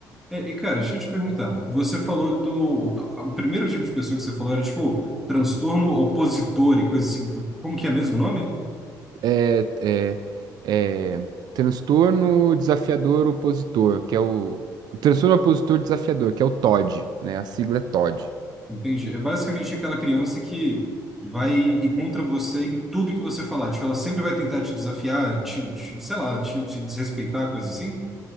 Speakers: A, in the centre; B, on the right (about 65°).
A: É, e cara, deixa eu te perguntar. Você falou do. O primeiro tipo de pessoa que você falou era tipo transtorno opositor e coisa assim. Como que é mesmo o nome?
B: É, é, é, transtorno desafiador opositor, que é o transtorno opositor desafiador, que é o TOD, né? A sigla é TOD.
A: Entendi. É basicamente aquela criança que vai ir contra você em tudo que você falar. Tipo, ela sempre vai tentar te desafiar, te, te- sei lá, te, te desrespeitar, coisa assim.